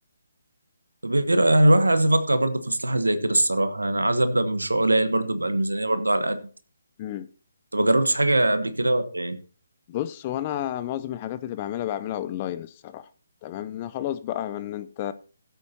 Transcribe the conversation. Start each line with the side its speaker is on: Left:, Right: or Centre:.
Right: طب ايه رايك أنا الواحد عايز يفكر برضه في مصلحه زي كده الصراحه انا عايز ابدا بمشروع قليل برضه يبقى الميزانيه برضه على قد
Left: امم
Right: طب ما جربتش حاجه قبل كده ولا ايه
Left: بص هو انا معظم الحاجات اللي بعملها بعملها اونلاين الصراحه تمام أنا خلاص بقى ان انت